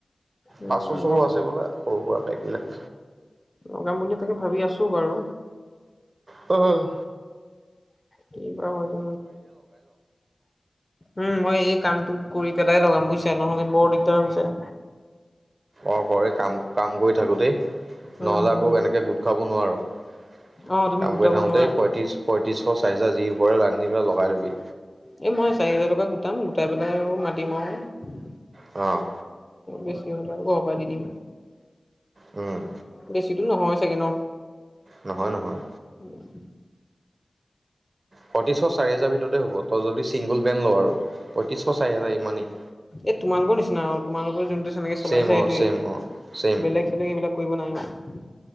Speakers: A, on the left; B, on the right.
A: উম
B: পাঁচশ, ছশ আছে বোলা সৰু সুৰা পেক বেগবিলাক।
A: লগাম বুলি, তাকে ভাবি আছো বাৰু।
B: অ,
A: কিবা হৈ <inaudible> উম, মই এই কামটো কৰি পেলাই লগাম, বুজিছা নহ'লে বৰ দিগদাৰ হৈ যায়।
B: অ, কৰে কাম কাম কৰি থাকোতেই,
A: উম
B: নহ'লে আকৌ
A: উম।
B: এনেকে গোট খাব নোৱাৰো, কাম
A: অ তুমি গোটাব
B: কৰি থাকোতে
A: নোৱাৰা।
B: পয়ত্ৰিশ পঁয়ত্ৰিছশ চাইজৰ যি পৰে ৰান্ধি পেল, লগাই লবি।
A: এই মই চাৰি হোজাৰ টকা গোটাম, গোটাই পেলাই আৰু মাতিম আৰু
B: অ,
A: বেছি হ'ল আৰু ঘৰৰ পৰা দি দিম।
B: উম,
A: বেছিতো নহয় চাগে, ন?
B: নহয়, নহয়।
A: উম,
B: পৈত্ৰিছশ, চাৰি হাজাৰ ভিতৰতে হ'ব, তই যদি ছিংগুল বেণ্ড ল' আৰু পৈত্ৰিছশ চাৰি হেজাৰ ইমানেই।
A: এই তোমালোকৰ নিচিনা আৰু তোমালোকৰ যোনটো জেনেকা চলাইছা
B: ছেইম অ
A: সেইটোৱে।
B: ছেইম অ ছেইম
A: বেলেগ, চেলেগ, এইবিলাক কৰিব নাই আৰু।